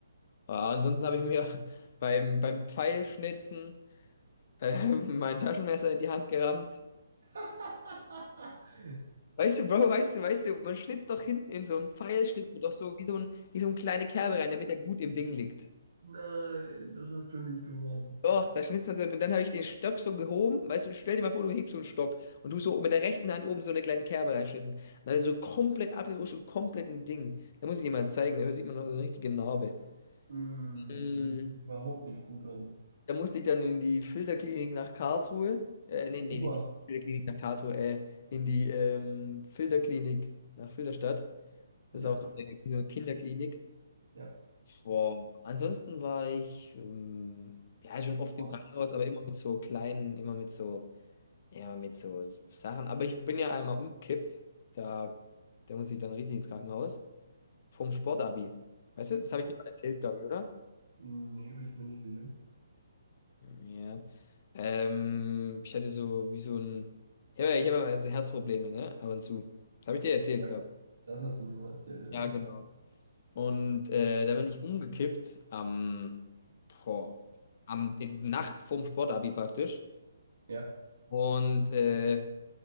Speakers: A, on the left; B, on the right.
A: Ah, ansonsten habe ich mir <laughs> beim, beim Pfeilschnitzen äh, <laughs> mein Taschenmesser in die Hand gerammt.
B: <laughs>
A: Weißt du, Bro, weißt du, weißt du, man schnitzt doch hinten in so einen Pfeil, schnitzt man doch so wie so ein, wie so eine kleine Kerbe rein, damit er gut im Ding liegt.
B: Nein, das hast du nicht gemacht.
A: Doch, da schnitzt man so, und dann habe ich den Stock so gehoben, weißt du, stell dir mal vor, du hebst so einen Stock und du so mit der rechten Hand oben so eine kleine Kerbe reinschnitzen. Dann so komplett abgerutscht und komplett im Ding. Da muss ich dir mal zeigen, da sieht man noch so eine richtige Narbe.
B: Mm,
A: Mm,
B: das hört sich überhaupt nicht gut an.
A: Da musste ich dann in die Filterklinik nach Karlsruhe. Äh, nee,
B: Super.
A: nee, nee, nicht Filterklinik nach Karlsruhe, äh, in die ähm, Filterklinik nach Filderstadt. Das
B: Ja,
A: ist auch so eine, so eine Kinderklinik.
B: ja.
A: Boah. Ansonsten war ich ähm, ja schon oft
B: Sport.
A: im Krankenhaus, aber immer mit so kleinen, immer mit so, ja, mit so Sachen. Aber ich bin ja einmal umgekippt. Da, da musste ich dann richtig ins Krankenhaus. Vom Sportabi. Weißt du, das habe ich dir mal erzählt, glaube ich, oder?
B: Nee, bin ich mir nicht sicher.
A: Ja. Ähm, ich hatte so wie so ein. Ich habe ich hab immer so Herzprobleme, ne? Ab und zu. Das habe ich dir erzählt,
B: Ja.
A: glaube
B: Das hast du mir mal erzählt, ja.
A: ich. Ja, genau. Und äh, da bin ich umgekippt am, boah, am in, Nacht vorm Sportabi praktisch.
B: Ja.
A: Und äh,